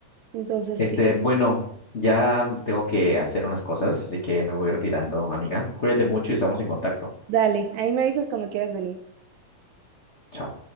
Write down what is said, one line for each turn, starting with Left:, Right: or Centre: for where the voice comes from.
Right: entonces
Left: Este,
Right: sí,
Left: bueno, ya tengo que hacer unas cosas, así que me voy retirando, amiga. Cuídate mucho y estamos en contacto.
Right: dale, ahí me avisas cuando quieras venir.
Left: Chao.